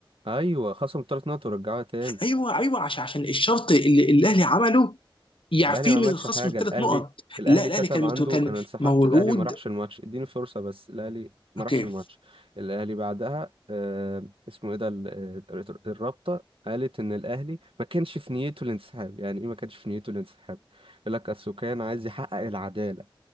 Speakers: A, on the right; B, on the left.
A: ايوه خصم تلات نقط ورجعوها تاني
B: ايوه ايوه عشان عشان الشرط اللي الاهلي عمله يعفيه
A: الاهلي ما عملش
B: من الخصم
A: حاجه
B: الثلاث
A: الاهلي
B: نقط
A: الاهلي
B: لا الاهلي
A: كتب
B: كان
A: عنده
B: متو... كان
A: انا انسحبت
B: موعود
A: الاهلي ما راحش الماتش اديني فرصه بس الاهلي ما
B: اوكي
A: راحش الماتش الاهلي بعدها آه اسمه ايه ده ال- آه، الرابطه قالت ان الاهلي ما كانش في نيته الانسحاب يعني ايه ما كانش في نيته الانسحاب يقول لك اصل كان عايز يحقق العداله